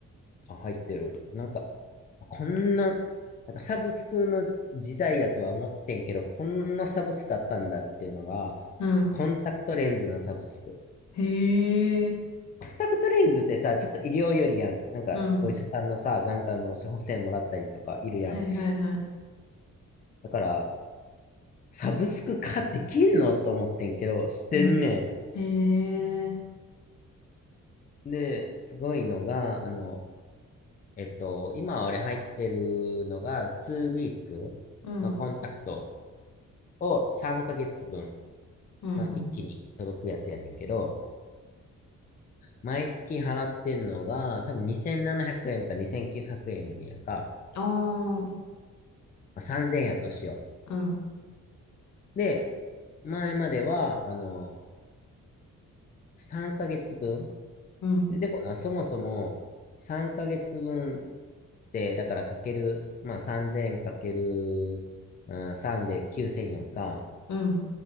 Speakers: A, on the left (about 30°); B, on the left (about 65°).
A: あ、入ってる。なんか、こんな、なんかサブスクの時代やとは思っててんけど、こんなサブスクあったんだっていうのが、
B: うん
A: コンタクトレンズのサブスク。
B: へえ、
A: コンタクトレンズってさ、ちょっと医療よりやん。なんか、
B: うん。
A: お医者さんのさ、眼科の処方箋もらったりとかいるやん。
B: はいはいはい。
A: だから、サブスク化できんのと思ってんけど、してんね
B: うん。へえ、
A: ん。で、すごいのが、あの、えっと、今俺入ってるのが、2ウィークのコンタクト
B: うん。
A: を3ヶ月分、
B: うん、
A: まあ、
B: うん。
A: 一気に届くやつやねんけど、毎月払ってんのが、多分2700円か2900円やねんやんか。
B: ああ、
A: まあ、3000円やとしよ
B: うん、
A: う。で、前までは、あの、3ヶ月分。
B: うん、
A: ででもな、そもそも3ヶ月分って、だからかける、まあ3000かける、うん、3で9000やんか。
B: うん。